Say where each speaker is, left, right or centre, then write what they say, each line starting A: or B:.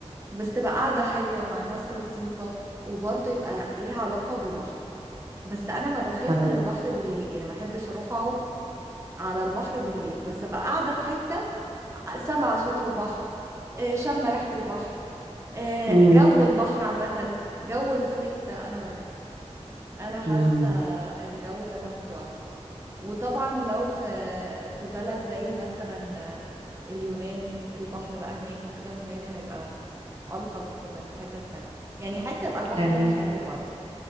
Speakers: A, on the right (about 25°); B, on the right (about 55°).
A: بس تبقى قاعدة حلوة مع ناس لطيفة وبرضه يبقى ليها علاقة بالبحر بس أنا ما بخاف
B: اه
A: من البحر بالليل يعني ما أحبش أروح أقعد على البحر بالليل بس أبقى قاعدة في حتة آه، سامعة صوت البحر آه، شامة ريحة البحر آه،
B: امم
A: جو البحر عامة جو الصيف ده أنا بحبه أنا حاسة
B: امم
A: الجو ده بحبه أوي وطبعا لو في في بلد زي مثلا اليونان البحر بقى هناك وكده متهيألي هيبقى ألطف من حتة تانية يعني حتة يبقى البحر
B: ايوه
A: فيها حلو برضه